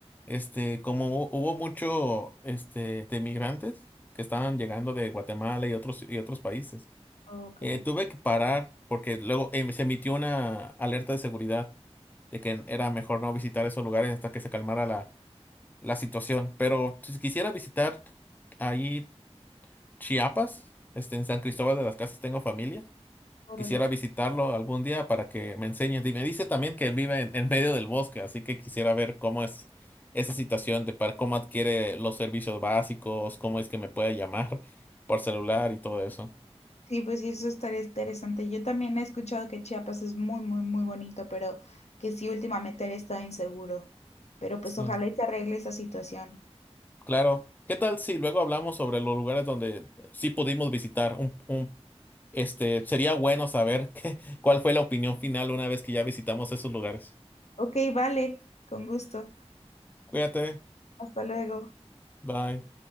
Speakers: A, on the left; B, on the left.
A: Este, como hu- hubo mucho, este, de migrantes que estaban llegando de Guatemala y otros y otros países.
B: Ok,
A: eh, tuve que parar porque luego em, se emitió una alerta de seguridad de que era mejor no visitar esos lugares hasta que se calmara la, la situación. Pero si quisiera visitar ahí Chiapas, este, en San Cristóbal de las Casas tengo familia.
B: órale.
A: Quisiera visitarlo algún día para que me enseñe. Y me dice también que él vive en, en medio del bosque, así que quisiera ver cómo es esa situación de para cómo adquiere los servicios básicos, cómo es que me puede llamar por celular y todo eso.
B: Sí, pues sí, eso estaría interesante. Yo también he escuchado que Chiapas es muy, muy, muy bonito, pero que sí últimamente había estado inseguro. Pero pues
A: Sí,
B: ojalá y se arregle esa situación.
A: claro. ¿Qué tal si luego hablamos sobre los lugares donde sí pudimos visitar? Un, un- este, sería bueno saber <laughs> qué- cuál fue la opinión final una vez que ya visitamos esos lugares.
B: Ok, vale, con gusto.
A: Cuídate.
B: Hasta luego.
A: Bye.